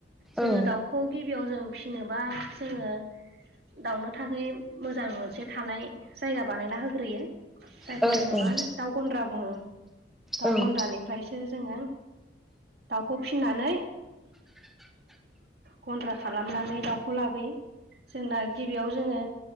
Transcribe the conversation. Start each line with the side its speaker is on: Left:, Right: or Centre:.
Right: जोङो
Centre: औ
Right: दाउखौ गिबियाव जों फिसिनोबा जोङो दाउनो थाखै मोजां मोनसे थानाय जायगा बानायना होग्रोयो। जायखौ
Centre: औ
Right: जोङो
Centre: औ
Right: मा होनो दाउ गन्द्रा बुङो। दाउ
Centre: औ
Right: गन्द्रानि ओमफ्रायसो जोङो दाउखौ फिनानै गन्द्रा खालामनानै दाउखौ लाबोयो। जोंना गिबियाव जोङो